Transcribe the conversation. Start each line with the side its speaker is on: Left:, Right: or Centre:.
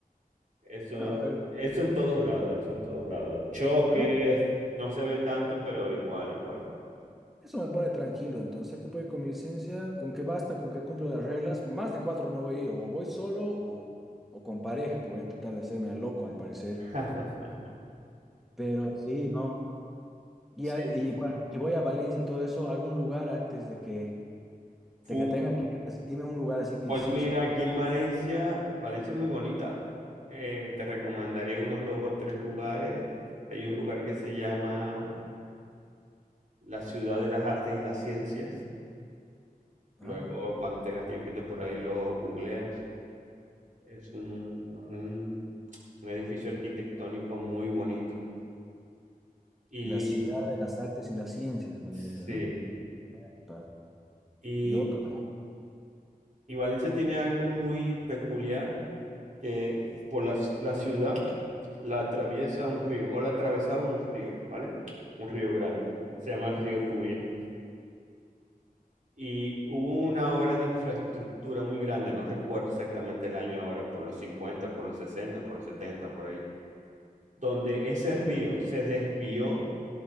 Right: Eso
Centre: No,
Right: en,
Centre: a ver,
Right: eso en todos lados, eso en todos lados. Choques,
Centre: bueno,
Right: no se ve tanto, pero igual, igual, vamos.
Centre: eso me pone tranquilo. Entonces, ¿qué puedo ir con mi licencia? ¿Con qué basta? ¿Con que cumplo las reglas? Más de cuatro no voy a ir. O voy solo o, o con pareja, que voy a tratar de hacerme al loco al parecer.
Right: <laughs>
Centre: Pero sí, no. Y,
Right: Sí,
Centre: a-
Right: sí.
Centre: y bueno, si voy a Valencia y todo eso, algún lugar antes de que,
Right: Fu-
Centre: de que tenga que ir. Así, dime un lugar así que
Right: Pues
Centre: sí
Right: mira,
Centre: o sí.
Right: aquí en Valencia, Valencia es muy bonita. Eh, te recomendaría unos dos o tres lugares. Hay un lugar que se llama La ciudad de las artes y las ciencias.
Centre: Ah,
Right: Luego, cuando tengas tiempito por ahí, lo googleas. Es un, es un, un edificio arquitectónico muy bonito. Y
Centre: la ciudad de las artes y las ciencias, me
Right: sí,
Centre: dije, ¿no? Pa-
Right: y,
Centre: Y otra.
Right: y Valencia tiene algo muy peculiar que por la, ci- la ciudad la atraviesa un río, o la atravesaba un río, ¿vale? Un río grande. Se llama el río Turia. Y hubo una obra de infraestructura muy grande, no recuerdo exactamente el año ahora, por los cincuenta por los sesenta por los setenta por ahí, donde ese río se desvió